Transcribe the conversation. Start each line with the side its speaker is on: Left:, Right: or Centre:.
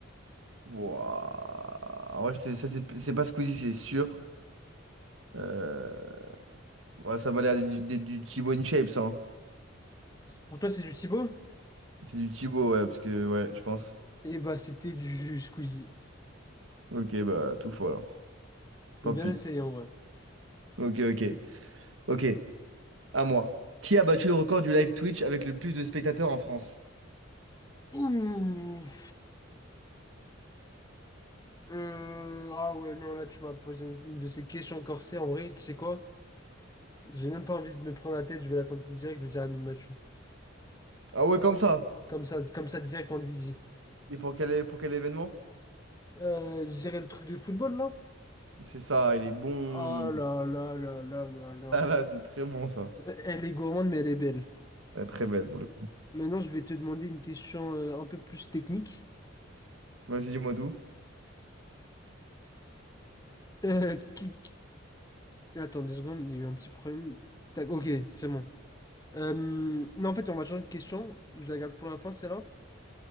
Right: Wouah. Ouais, je te- ça, c'est c'est pas Squeezie, c'est sûr. Euh, Ouais, ça m'a l'air du, du, du Thibaut InShape, ça. hein.
Left: Pour toi, c'est du Thibaut?
Right: C'est du Thibaut, ouais, parce que, ouais, je pense.
Left: Eh bah, c'était du Squeezie.
Right: Ok, bah, tout faux alors. Tant
Left: Mais bien
Right: pis.
Left: essayé, en vrai.
Right: Ok, ok. Ok, à moi. Qui a battu le record du live Twitch avec le plus de spectateurs en France?
Left: Ouh. Euh, ah ouais, non, là, tu m'as posé une, une de ces questions corsées. En vrai, tu sais quoi? J'ai même pas envie de me prendre la tête. Je vais la tenter direct. Je vais dire Amine Mathieu.
Right: Ah ouais, comme ça.
Left: Comme ça, comme ça, direct en Didier.
Right: Et pour quel, é- pour quel événement?
Left: Euh, je dirais le truc de football, là?
Right: C'est ça, il est bon.
Left: Ah là là là là là là.
Right: Ah là, c'est très bon, ça.
Left: Euh, Elle est gourmande, mais elle est belle.
Right: Ouais, très belle pour le
Left: Maintenant, je vais te demander une question euh, un peu plus technique.
Right: Vas-y, dis-moi d'où.
Left: Euh, qui, Attends deux secondes, il y a eu un petit problème. Tac, ok, c'est bon. Euh, non, en fait, on va changer de question. Je la garde pour la fin, celle-là.